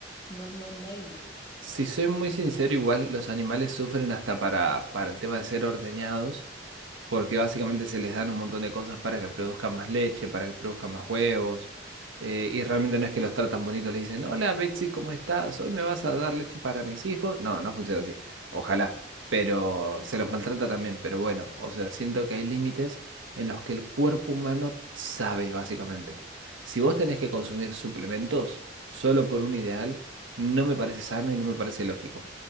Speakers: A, on the left; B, on the right.
A: no, no, no y no.
B: Si soy muy sincero, igual los animales sufren hasta para, para el tema de ser ordeñados. porque básicamente se les dan un montón de cosas para que produzcan más leche, para que produzcan más huevos, eh, y realmente no es que los tratan bonitos, les dicen, hola Betsy, ¿cómo estás? ¿Hoy me vas a dar leche para mis hijos? No, no funciona así, ojalá, pero se los maltrata también, pero bueno, o sea, siento que hay límites en los que el cuerpo humano sabe, básicamente. Si vos tenés que consumir suplementos solo por un ideal, no me parece sano y no me parece lógico.